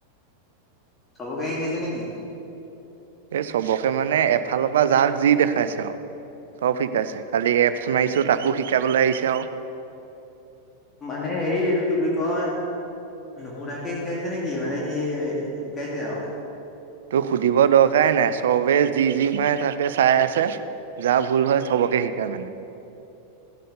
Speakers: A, on the left (about 20°); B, on the right (about 60°).
A: চবকে শিকাইছে নে কি?
B: এ, চবকে মানে এফালৰ পৰা যাক যি দেখাইছে আও। চব শিকাইছে। খালি এপছ মাৰিছো তাকো শিকাবলৈ আহিছে আও।
A: মানে হেই, এইটো কি বুলি কয়, নুসোধাকে শিকাইছে নে কি? মানে সি শিকাইছে আও?
B: তোৰ সুধিব দৰকাৰেই নাই, চবে যি যি মায়ে তাকে চাই আছে, যাৰ ভুল হয় চবকে শিকায় মানে। <inaudible>